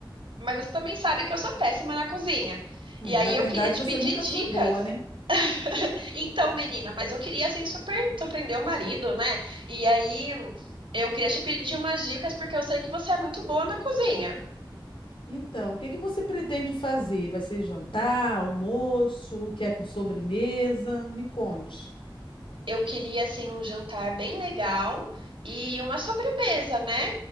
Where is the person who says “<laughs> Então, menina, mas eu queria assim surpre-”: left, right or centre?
Right